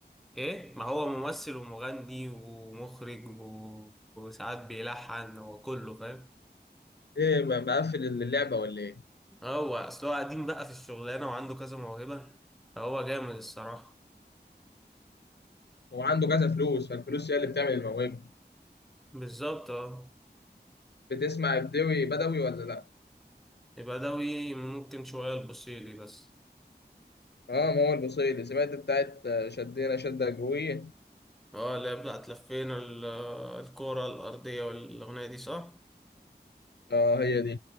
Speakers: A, in the centre; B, on the left (about 75°).
A: ايه ما هو ممثل ومغني ومخرج و... وساعات بيلحن وكله فاهم
B: ايه ما- مقفل اللعبة ولا ايه
A: هو اصل هو قديم بقى في الشغلانه وعنده كذا موهبه فهو جامد الصراحه
B: هو عنده كذا فلوس فالفلوس هي اللي بتعمل الموهبة
A: بالظبط اه
B: بتسمع بدوي بدوي ولا لا
A: يبقى دوي ممكن شوية البوسيلي بس
B: اه ما هو البصيلي سمعت بتاعت آه، شدينا شدة جوية
A: اه اللي هي بتاعت لفينا ال- الكرة الأرضية والأغنية دي صح؟
B: اه هي دي